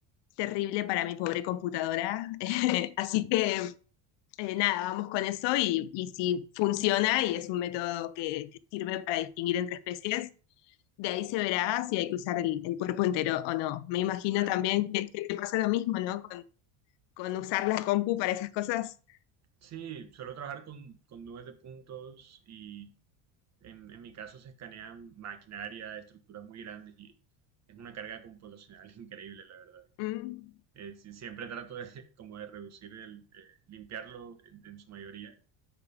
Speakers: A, on the left; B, on the right.
A: terrible para mi pobre computadora. <laughs> Así que em, eh, nada, vamos con eso y, y si funciona y es un método que, que sirve para distinguir entre especies, de ahí se verá si hay que usar el, el cuerpo entero o no. Me imagino
B: Vale.
A: también que, que te pasa lo mismo, ¿no? Con, con usar la compu para esas cosas.
B: Sí, suelo trabajar con, con nubes de puntos y en, en mi caso se escanean maquinaria, estructuras muy grandes y es una carga computacional <laughs> increíble, la verdad.
A: Mm.
B: Eh, sí, siempre trato de, <laughs> como de reducir el, eh, limpiarlo en, en, su mayoría